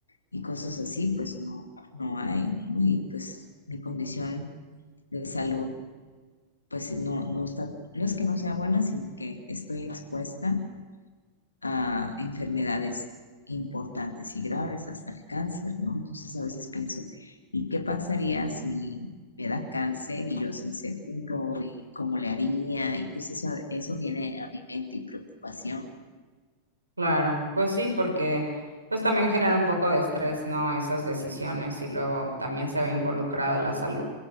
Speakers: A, on the left; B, on the right.
A: y cosas así, pues no, no hay, ¿no? Y pues mi condición de salud, pues no, no está, no es que no sea buena, sino que estoy expuesta a enfermedades importantes y graves, hasta el cáncer, ¿no? Entonces a veces pienso, ¿y qué pasaría si me da cáncer y yo sin seguro? ¿Y cómo le haría? Y pues eso, eso viene a mi mente y preocupación.
B: Claro, pues sí, porque pues también genera un poco de estrés, ¿no? Esas decisiones y luego también se ve involucrada la salud.